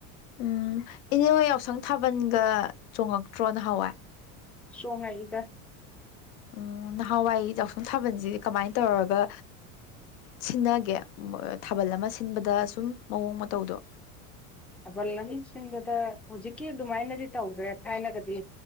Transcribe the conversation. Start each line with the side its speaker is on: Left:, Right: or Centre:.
Left: ꯎꯝ ꯏꯅꯦꯃ ꯌꯥꯎꯁꯪ ꯊꯥꯕꯜꯒ ꯆꯣꯡꯉꯛꯇ꯭ꯔꯣꯅ ꯍꯋꯦ
Centre: ꯁꯣꯉ ꯏꯒ
Left: ꯎꯝ ꯅꯍꯥꯟꯋꯥꯏ ꯌꯥꯎꯁꯪ ꯁꯥꯕꯜꯁꯤꯗꯤ ꯀꯃꯥꯏꯅ ꯇꯧꯔꯒ ꯁꯤꯟꯅꯒꯦ ꯊꯥꯕꯜ ꯑꯃ ꯁꯤꯟꯕꯗ ꯁꯨꯝ ꯃꯑꯣꯡ ꯃꯇꯧꯗꯣ
Centre: ꯑꯕꯜ ꯂꯝꯕꯤꯁꯤꯡꯗꯨꯗ ꯍꯧꯖꯤꯛꯀꯤ ꯑꯗꯨꯃꯥꯏꯅꯗꯤ ꯇꯧꯗ꯭ꯔꯦ ꯊꯥꯏꯅꯒꯗꯤ